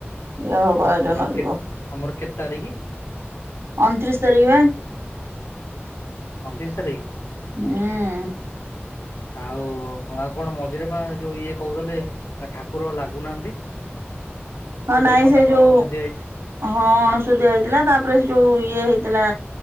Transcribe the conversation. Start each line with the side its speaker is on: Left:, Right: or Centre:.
Right: ଇଏ ହବ ଆୟୋଜନ
Left: ଆଉ କେ
Right: ଯିବ।
Left: ଆମର କେତେ ତାରିଖ
Right: ଅଣତିରିଶ ତାରିଖ ବା।
Left: ଅଣତିରିଶ ତାରିଖ।
Right: ହୁଁ।
Left: ଆଉ ଆଉ କଣ ମଝିରେ ପା ଯୋଉ ଇଏ କହୁଥିଲେ ଆ ଠାକୁର ଲାଗୁନାହାନ୍ତି।
Right: ହଁ
Left: କହୁଥିଲେ
Right: ନାଇଁ
Left: କଣ
Right: ସେ
Left: ତାଙ୍କର
Right: ଯୋଉ
Left: ଅଣସୁଧିଆ ହେଇଛି
Right: ହଁ ଅଣସୁଧିଆ ହେଇଥିଲା ତାପରେ ସେ ଯୋଉ ଇଏ ହେଇ ଥିଲା